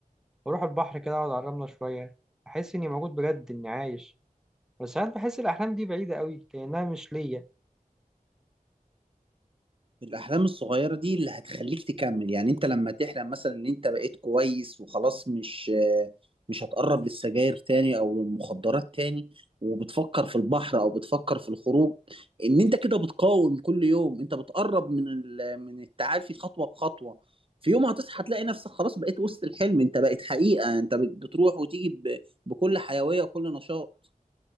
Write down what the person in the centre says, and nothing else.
وأروح البحر كده أقعد على الرملة شوية أحس إني موجود بجد إني عايش بس ساعات بحس الأحلام دي بعيدة قوي كأنها مش ليا